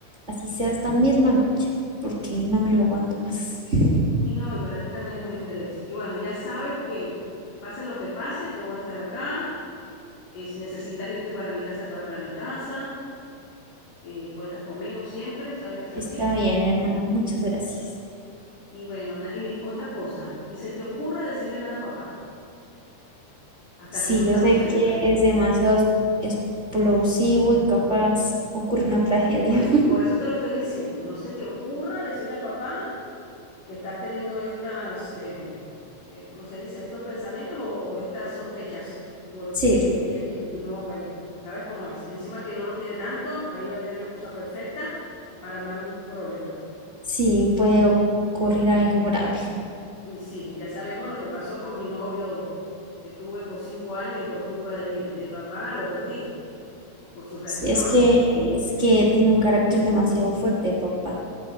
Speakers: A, on the right (about 75°); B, on the left (about 45°).
A: así sea esta misma noche, porque no me lo aguanto más. <laughs>
B: Y no, y para ti también es un estrés. Y bueno, ya sabes que pase lo que pase, yo voy a estar acá. Eh, si necesitas irte para mi casa, te vas para mi casa. eh, cuentas conmigo siempre, sabes que es
A: Está
B: así.
A: bien, hermana, muchas gracias.
B: Y bueno, na- y otra cosa, ni se te ocurra decirle nada a papá hasta
A: Sí,
B: que no estamos
A: yo sé
B: seguras.
A: que es demasiado explosivo y capaz ocurre una tragedia.
B: Bueno,
A: <laughs>
B: por eso te lo estoy diciendo. No se te ocurra decirle a papá que estás teniendo estas, eh, eh, ¿cómo se dice? Estos pensamientos o, o estas sospechas, porque
A: Sí, sí,
B: él no, bueno, sabes cómo es. Encima que no lo quiere tanto, ahí va a tener la excusa perfecta para armar un problema.
A: sí, puede ocurrir algo grave.
B: Y Sí, ya sabemos lo que pasó con mi novio que tuve por cinco años y por culpa de mi de papá lo perdí por sus reacciones.
A: Sí, es que es que tiene un carácter demasiado fuerte, papá.